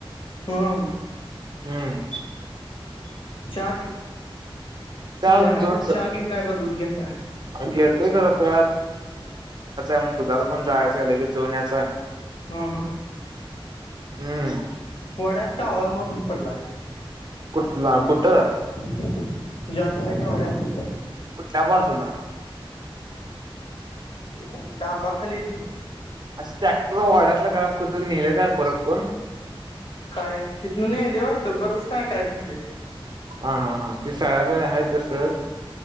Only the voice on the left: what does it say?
हम्
चहा...
संध्याकाळचं
चहा घेताय का दूध घेताय?
हम्म हम्
वाड्यात कावळा मरून पडलाय.
तुझ्या <unintelligible> वाड्यात
<unintelligible> खाली
काय हितनं नेलंय वाटतं, बरच काय काय झालंय